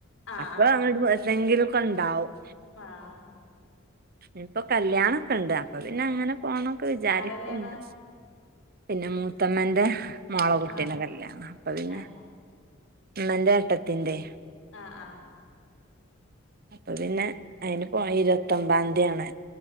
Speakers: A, on the left; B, on the right.
A: ആഹ്
B: അപ്പൊ അങ്ങോട്ട്ന്തെങ്കിലുംക്കെ ഉണ്ടാവും
A: ആഹ
B: ഇനി ഇപ്പൊ കല്യാണൊക്കെ ഇണ്ട് അപ്പൊ പിന്നെ അങ്ങനെ പോണൊക്കെ വിചാരിക്കണ്ട്
A: ആരെ കല്യാണാ
B: പിന്നെ മൂത്തമ്മന്റെ മോളേ കുട്ടീന്റെ
A: ആഹ്
B: കല്യാണ് അപ്പൊ പിന്നെ
A: ഏഹ്
B: ഉമ്മന്റെ ഏട്ടത്തിന്റെ
A: ആഹ്‌ ആഹ്‌
B: അപ്പൊ പിന്നെ അയിന് പോ ഇരുപത്തൊമ്പാംതിയാണ്